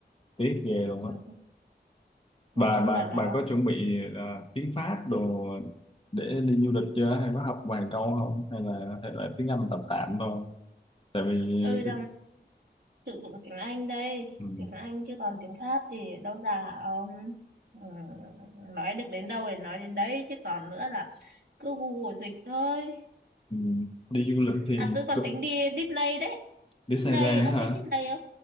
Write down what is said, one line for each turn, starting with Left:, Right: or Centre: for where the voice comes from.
Left: tiếc ghê luôn
Right: Ừ,
Left: á
Right: Nói
Left: bà
Right: chung
Left: bà
Right: là nó
Left: bà có chuẩn bị ờ, tiếng Pháp đồ để đi du lịch chưa hay có học vài câu không hay là hay là tiếng Anh tạm tạm thôi tại vì
Right: tôi đang
Left: cái-
Right: sử dụng tiếng Anh đây
Left: ừ.
Right: tiếng Anh chứ còn tiếng khác thì đâu già ông ừ, nói được đến đâu thì nói đến đấy chứ còn nữa là cứ Google dịch thôi
Left: Ừ. đi du lịch thì
Right: à tôi còn
Left: tu-
Right: tính đi Disney đấy
Left: Disneyland
Right: Disney ông
Left: đó hả
Right: biết Disney không